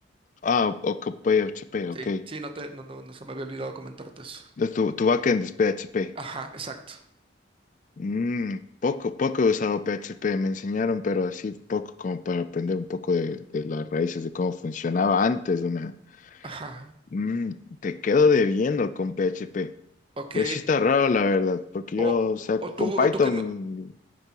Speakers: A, on the left; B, on the right.
A: Ah, o, o- PHP,
B: Sí,
A: ok.
B: sí, no te, no, no, no se me había olvidado comentarte eso.
A: Entonces, tu, tu backend es PHP.
B: Ajá, exacto.
A: Mm, poco, poco he usado PHP, me enseñaron, pero así poco como para aprender un poco de, de las raíces de cómo funcionaba antes de una...
B: Ajá.
A: Mm, te quedo debiendo con PHP,
B: Ok.
A: pero sí está raro la verdad, porque
B: O,
A: yo, o sea,
B: o tú,
A: con Python,
B: o tú que me.